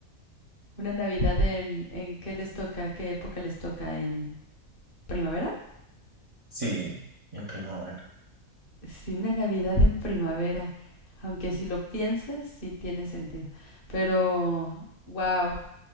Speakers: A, on the left; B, on the right.
A: una Navidad en, en qué les toca, qué época les toca, en primavera.
B: sí, en primavera,
A: Sí, una Navidad en primavera, aunque si lo piensas, sí tiene sentido. Pero, wow.